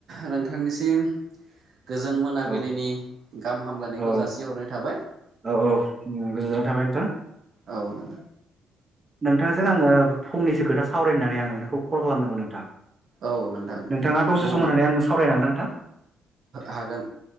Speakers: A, on the right; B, on the right.
A: नोंथांनिसिम गोजोन मोनाबिलिनि
B: औ
A: गाहाम हामलायनायखौ
B: औ
A: जासिहरनाय थाबाय
B: औ औ गोजोननाय थाबाय नोंथां।
A: औ नोंथां
B: नोंथांजों आङो फंनैसो खोथा सावरायनानै आं नोंथांखौ कल खालामदोंमोन नोंथां।
A: औ नोंथां
B: नोंथाङा दसे
A: बुंलाय
B: सम होननानै आंनो सावरायनो हागोन ना नोंथां?
A: हागोन